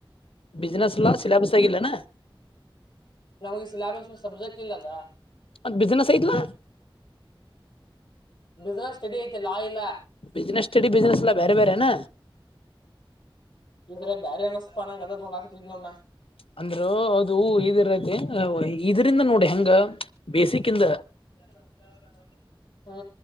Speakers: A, on the left; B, on the left.
A: ಬಿಿಸಿನಸ್ಲ್ಲಾ ಸಿಲಾಬಸ್ ಆಗಿಲ್ಲನಾ
B: ನವುೆ ಸಿಲೆೇಬಸ್ ಮ ಸಬ್ಜೆಕ್ಟ್ ಇಲ್ಲದ
A: ಒದ ಬಿಸ್ಿನೆಸ್ ಐತ್ಲಾ
B: ಬಿಸ್ನೆಸ್ ಸ್ಟೆಡಿ ಐತೆ ಲಾ ಇಲ್ಲ
A: ಬಿಿಸ್ಿನಸ್ ಸ್ಟಡಿ ಬಿಿಸಿನಸ್ ಎಲ್ಲ ಬೇರೆ ಬೇರೆನ
B: ಇದ್ರ ಬ್ಯಾರೆ ಅನಸ್ಪ ನಂಗ ಅದ ನೋಡಾಕತಿದ್ ನೋಡ್ ನಾ
A: ಅಂದ್ರೆ ಅದು ಇಗಿರದು ಇದರಿಂದ ನೋಡಿ ಹೆಂಗ ಬೇಸಿಕ್ಂದ
B: ಅ <unintelligible>